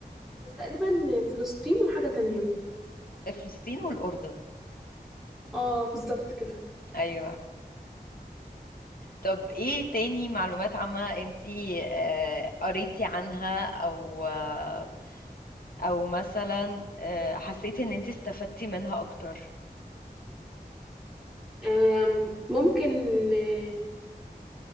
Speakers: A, in the centre; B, on the left (about 65°).
A: بس تقريبا فلسطين وحاجة تانية
B: فلسطين والأردن
A: اه بالظبط كده
B: أيوة طب ايه تاني معلومات عامة انتي آه، قريتي عنها او آه، او مثلا آه، حسيتي ان انتي استفدتي منها اكتر
A: آم، ممكن آه،